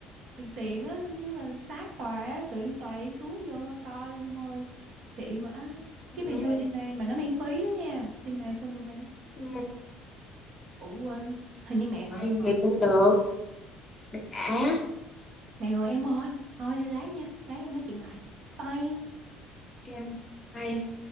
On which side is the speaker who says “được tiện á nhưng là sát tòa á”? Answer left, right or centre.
Right